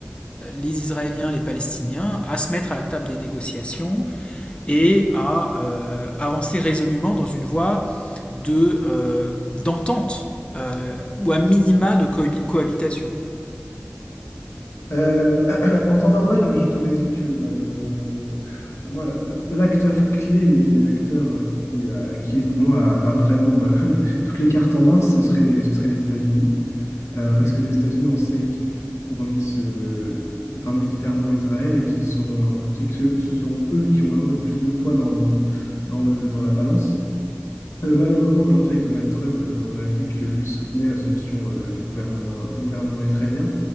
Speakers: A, on the left; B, on the left.
A: les Israéliens, les Palestiniens à se mettre à la table des négociations et à euh, avancer résolument dans une voie d'entente de, euh, d'entente euh, ou à minima de cohabitation.
B: Euh, <clears throat> en temps normal, je t'aurais dit que bah, le, pour moi, la- l'acteur clé et l'acteur euh, qui, a- qui est pour moi a, a vraiment bah, <laughs> toutes les cartes en main, ce serait les, ce serait les États-Unis. Euh, parce
A: Mmh.
B: que les États-Unis, on sait qu'ils fournissent euh, enfin, militairement Israël et qu'ils ont, c'est que ce, ce sont eux qui ont vraiment le plus de poids dans, dans le, dans la balance. Euh, malheureusement, aujourd'hui, avec Donald Trump, euh, on a vu que lui soutenait la solution euh, du gouvernement, euh, du gouvernement israélien.